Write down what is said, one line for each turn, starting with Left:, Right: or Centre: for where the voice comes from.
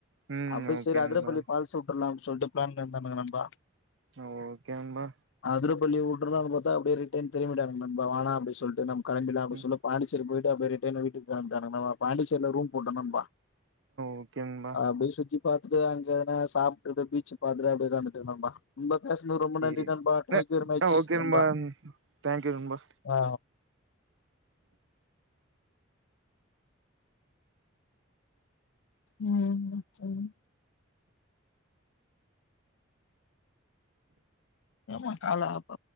Right: ம்
Left: அப்டியே
Right: ஓகே
Left: சரி
Right: நண்பா
Left: அதுர பள்ளி ஃபால்சு வுட்டுறலா அப்டின்னு சொல்லிட்டு ப்ளான் பண்ணிருந்தனுங்க நண்பா
Right: ஓகே நண்பா
Left: அதுர பள்ளி வுட்றுலானு பாத்தா அப்டியே ரிட்டர்ன் திரும்பிடானுங்க நண்பா வேணா அப்டி சொல்ட்டு நம் கெளம்பிறலா அப்டி
Right: ம்
Left: சொல்ல பாண்டிசேரி போயிட்டு அப்டியே ரிட்டன் வீட்டுக்கு கெளம்பிடானுங்கங்க பாண்டச்சேரில ரூம் போட்டோ நண்பா
Right: ஓகே நண்பா
Left: அப்டியே சுத்தி பாத்துட்டு அங்கே எதனா சாப்பிட்டுட்டு பீச்சு பாத்துட்டு அப்டியே உக்காந்துட்டேன் நண்பா ரொம்ப பேசுனது ரொம்ப
Right: சேரி
Left: நன்றி நண்பா டேங்க்யூ வெரிமச்
Right: அ ஓகே
Left: நண்பா
Right: தேங்க்யூ நண்பா
Left: ஆ ம் சேரி ஏமா கால்ல அப்